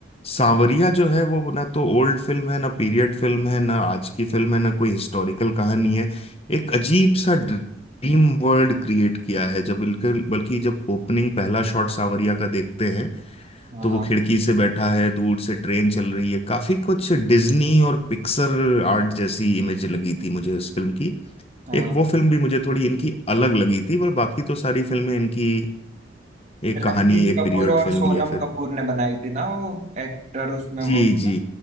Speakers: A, on the left (about 30°); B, on the right (about 35°).
A: सांवरिया जो है वो ना तो ओल्ड फिल्म है ना पीरियड फिल्म है ना आज की फिल्म है ना कोई हिस्टोरिकल कहानी है एक अजीब सा ड्रीम वर्ल्ड क्रिएट किया है जब बिल्कुल बल्कि जब ओपनिंग पहला शॉट सांवरिया का देखते हैं
B: हाँ
A: तो
B: हाँ
A: वो खिड़की से बैठा है दूर से ट्रेन चल रही है काफी कुछ डिज्नी और पिक्सर आर्ट जैसी इमेज लगी थी मुझे इस फिल्म की
B: हाँ
A: एक वो फिल्म भी मुझे थोड़ी इनकी अलग लगी थी पर बाकी तो सारी फिल्में इनकी एक
B: रणबीर
A: कहानी एक
B: कपूर
A: पीरियड
B: और
A: फिल्म
B: सोनम
A: या फिर
B: कपूर ने बनाई थी ना वो एक्टर उसमें
A: जी
B: वो
A: जी
B: था